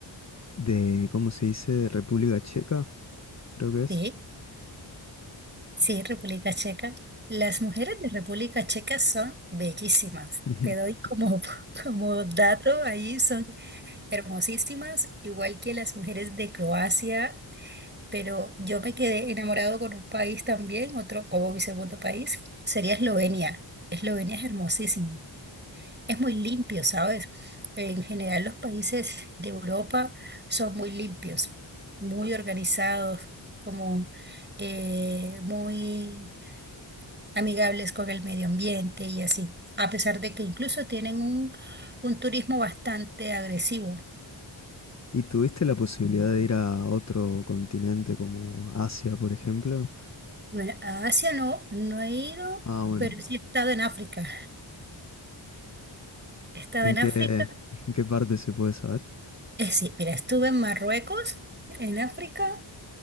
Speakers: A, on the left; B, on the right.
A: de, ¿cómo se dice? República Checa, creo que es.
B: Sí, sí, República Checa. Las mujeres de República Checa son bellísimas.
A: <laughs>
B: Te doy como, <laughs> como dato ahí, son hermosísimas, igual que las mujeres de Croacia pero yo me quedé enamorado con un país también, otro como mi segundo país, sería Eslovenia. Eslovenia es hermosísimo, es muy limpio, ¿sabes? En general los países de Europa son muy limpios, muy organizados, como eh, muy amigables con el medio ambiente y así, a pesar de que incluso tienen un, un turismo bastante agresivo.
A: ¿Y tuviste la posibilidad de ir a otro continente como Asia, por ejemplo?
B: Bueno, a Asia no, no he ido,
A: Ah, bueno.
B: pero sí he estado en África. He estado
A: ¿En
B: en
A: qué,
B: África
A: en qué parte se puede saber?
B: Eh, sí, mira, estuve en Marruecos, en África,